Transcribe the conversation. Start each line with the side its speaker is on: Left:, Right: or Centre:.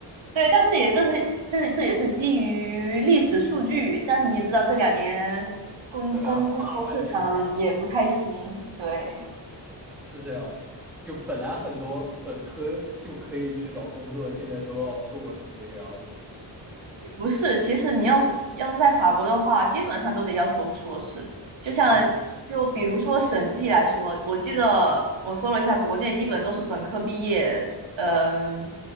Right: 对，但是也这是这这也是基于历史数据，但是你也知道这两年工工工作市场也不太行，
Centre: 对啊，大环境不好啊，
Right: 对，
Centre: 是啊，是这样的。就本来很多本科就可以去找工作，现在都要硕士这个样子。
Right: 也不是，其实你要是要是在法国的话，基本上都得要求硕士。
Centre: 哎，
Right: 就像
Centre: 那确实是。
Right: 就比如说审计来说，我记得我搜了一下，国内基本都是本科毕业，嗯